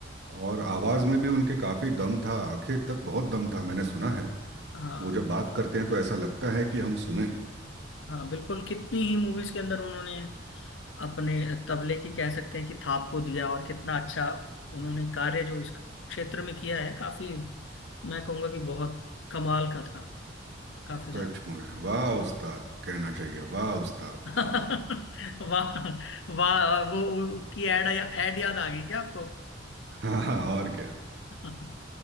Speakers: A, on the right; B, on the left.
A: और आवाज में भी उनके काफी दम था आखिर तक बहुत दम था मैंने सुना है
B: हाँ
A: वो जब बात करते हैं तो ऐसा लगता है कि हम सुने
B: हाँ बिल्कुल कितनी ही मूवीज के अंदर उन्होंने अपने तबले की कह सकते हैं कि थाप को दिया और कितना अच्छा उन्होंने कार्य जो इस क्षेत्र में किया है काफी मैं कहूँगा कि बहुत कमाल का था काफी
A: सचमुच
B: ज्यादा
A: वाह उस्ताद कहना चाहिए वाह उस्ताद
B: <laughs>
A: वाह
B: वाह वाह वो उनकी एड एड याद आ गई क्या आपको
A: हाँ हाँ, और क्या
B: <laughs>